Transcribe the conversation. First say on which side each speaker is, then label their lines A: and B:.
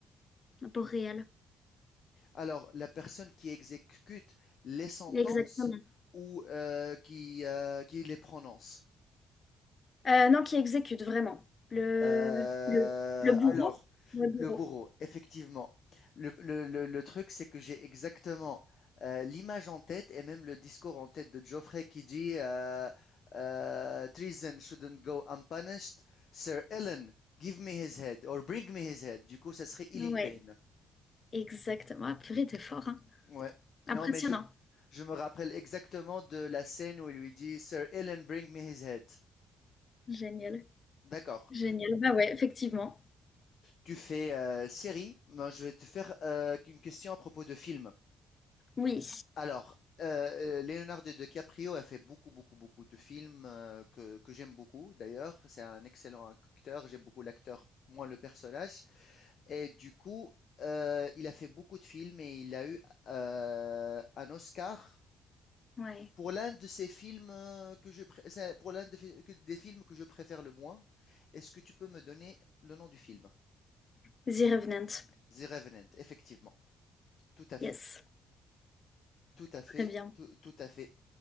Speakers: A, on the left; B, on the left.
A: pour réel.
B: Alors, la personne qui exécute les sentences
A: Exactement.
B: ou euh, qui, euh, qui les prononce.
A: Euh, non, qui exécute vraiment. Le,
B: Euh,
A: le, le bourreau.
B: alors,
A: Le bourreau.
B: Le bourreau, effectivement. Le, le- le- le truc, c'est que j'ai exactement euh, l'image en tête et même le discours en tête de Geoffrey qui dit euh, euh, Treason shouldn't go unpunished. Sir Ellen, give me his head or bring me his head. Du coup, ça serait Ellen
A: Ouais,
B: Payne.
A: exactement. Ah, purée, t'es fort, hein.
B: Ouais. Non,
A: Impressionnant.
B: mais je, je me rappelle exactement de la scène où il lui dit Sir Ellen, bring me his head.
A: Génial.
B: D'accord.
A: Génial. Bah ouais, effectivement.
B: Tu fais euh, série. Moi, je vais te faire euh, une question à propos de film.
A: Oui.
B: Alors, heu, Leonardo DiCaprio a fait beaucoup, beaucoup, beaucoup de films, heu, que que j'aime beaucoup d'ailleurs. C'est un excellent acteur, j'aime beaucoup l'acteur, moins le personnage et du coup, heu, il a fait beaucoup de films et il a eu, heu, un Oscar
A: Ouais.
B: pour l'un de ses films, heu, que je pré c'est pour l'un de fi que des films que je préfère le moins. Est-ce que tu peux me donner le nom du film?
A: The Revenant.
B: The Revenant, effectivement. Tout à fait,
A: Yes.
B: tout à fait,
A: Très bien.
B: tout tout à fait